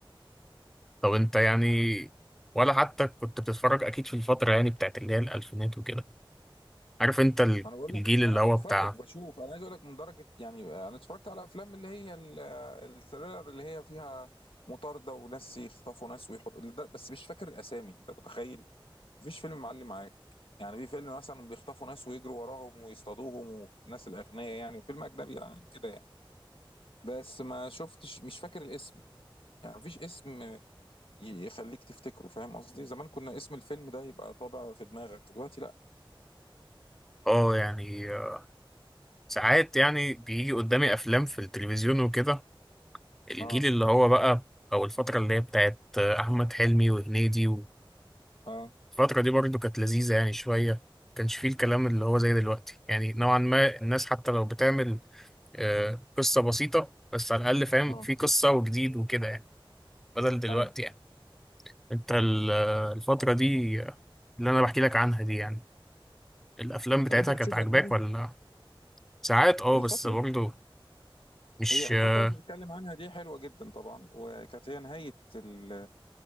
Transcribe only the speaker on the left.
ما انا بقول لك
انا
بتفرج
بشوف انا عايز اقول لك من درجه يعني انا اتفرجت على افلام اللي هي ال- الثريلر اللي هي فيها مطارده وناس يخطفوا ناس ويحطوا ده- بس مش فاكر الاسامي انت متخيل مفيش فيلم معلي معاك يعني في فيلم مثلا بيخطفوا ناس ويجروا وراهم ويصطادوهم والناس الاغنياء يعني فيلم اجنبي يعني كده يعني بس ما شفتش مش فاكر الاسم يعني مفيش اسم يخليك تفتكره فاهم قصدي زمان كنا اسم الفيلم ده يبقى طابع في دماغك دلوقتي لا
اه
اه
اه
اي
طب انت بتشوف
اجنبي
الفترة
هي الفترة
اللي بتتكلم عنها دي حلوة جدا طبعا وكانت هي نهاية ال...